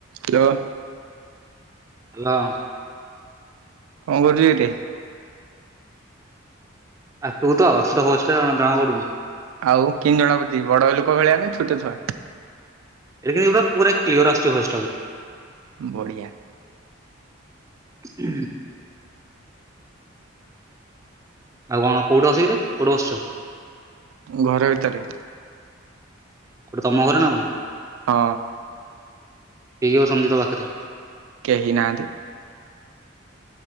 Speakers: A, on the right; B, on the right.
A: Hello.
B: Hello.
A: କଣ କରୁଛି କେତେ?
B: ଆ ତୁ ତ ତ ହୋଷ୍ଟେଲ ଜଣା ପଡ଼ୁନି।
A: ଆଉ କିନି ଜଣାପଡୁଛି ବଡ ଲୋକ ଭଳିଆ ନା ଛୋଟ ଛୁଆ?
B: ଏଇ କି ପୁରା କ୍ଲିୟର ଆସୁଛି ଭୟସ ଟା।
A: ବଢିଆ।
B: ହୁଁ। ଆଉ କଣ କୋଉଠି ଅଛୁକିରେ କୋଉଠି ବସିଛୁ?
A: ଘର ଭିତରେ।
B: ଗୋଟେ ତମ ଘର ନା କଣ?
A: ହଁ।
B: ଦେଇଅଛନ୍ତି ତୋ ପାଖରେ?
A: କେହି ନାହାନ୍ତି।